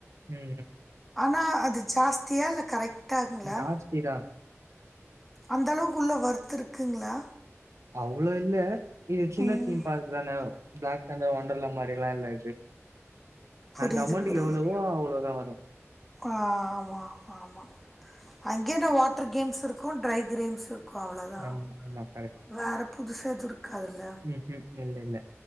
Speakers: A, on the right (about 70°); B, in the centre.
A: ம்.
B: ஆனா அது ஜாஸ்தியா இல்ல கரெக்ட்டாங்களா
A: ஜாஸ்தி தான்.
B: அந்த அளவுக்கு உள்ள வொர்த் இருக்குங்களா
A: அவ்ளோ இல்ல. இது சின்ன
B: ம்
A: தீம் பார்க் தானே. பிளாக் தண்டர் வொண்டர்லா மாரிலாம் இல்ல இது.
B: புரியுது
A: அந்த அமௌண்ட்
B: புரியுது
A: எவ்வளவோ அவ்வளோ தான் வரும்.
B: ஆ ஆமா ஆமா ஆமா அங்கே தான் வாட்டர் கேம்ஸ் இருக்கும் ட்ரை கேம்ஸ் அவ்ளோதான்
A: ஆமா, ஆமா. கரெக்ட்.
B: வேற புதுசா எது இருக்காதுல்ல
A: ம்ஹ்ம். இல்ல, இல்ல.